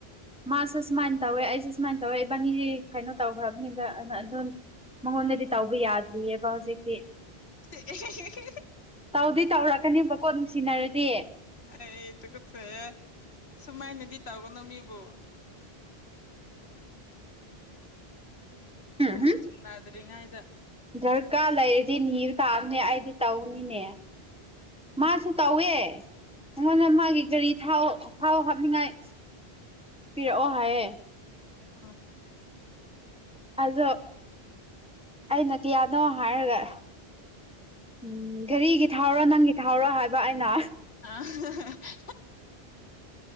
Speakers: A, in the centre; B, on the left.
A: ꯃꯥꯁꯨ ꯁꯨꯃꯥꯏꯅ ꯇꯧꯋꯦ ꯑꯩꯁꯦ ꯁꯨꯃꯥꯏꯅ ꯇꯧꯋꯦ ꯏꯕꯥꯅꯤꯗꯤ ꯀꯩꯅꯣ ꯇꯧꯈ꯭ꯔꯕꯅꯦꯕ ꯑꯗꯨ ꯃꯉꯣꯟꯗꯗꯤ ꯇꯧꯕ ꯌꯥꯗ꯭ꯔꯤꯑꯕ ꯍꯧꯖꯤꯛꯇꯤ
B: <unintelligible>
A: ꯇꯧꯗꯤ ꯇꯧꯔꯛꯀꯅꯦꯕꯀꯣ ꯅꯨꯡꯁꯤꯅꯔꯗꯤ
B: ꯑꯩꯗꯨꯒ ꯐꯔ ꯁꯨꯃꯥꯏꯅꯗꯤ ꯇꯥꯕꯅꯃꯤꯕꯣ
A: ꯎꯝ
B: ꯊꯨꯝꯁꯨ
A: ꯍꯝ
B: ꯊꯨꯡꯅꯅꯥꯗ꯭ꯔꯤꯉꯥꯏꯗ
A: ꯗꯔꯀꯥꯔ ꯂꯩꯔꯗꯤ ꯅꯤꯕ ꯇꯥꯕꯅꯦ ꯑꯩꯗꯤ ꯇꯧꯅꯤꯅꯦ ꯃꯥꯁꯨ ꯇꯧꯋꯦ ꯑꯩꯉꯣꯟꯗ ꯃꯥꯒꯤ ꯒꯥꯔꯤ ꯊ ꯊꯥꯎꯑꯣ ꯍꯥꯞꯅꯤꯡꯉꯥꯏ ꯄꯤꯔꯛꯑꯣ ꯍꯥꯏꯌꯦ
B: ꯑꯥ
A: ꯑꯗꯣ ꯑꯩꯅ ꯀꯌꯥꯅꯣ ꯍꯥꯏꯔꯒ ꯎꯝ ꯘꯔꯤꯒꯤ ꯊꯥꯎꯔꯣ ꯅꯪꯒꯤ ꯊꯥꯎꯔꯣ ꯍꯥꯏꯕ ꯑꯩꯅ
B: ꯑꯥ <unintelligible>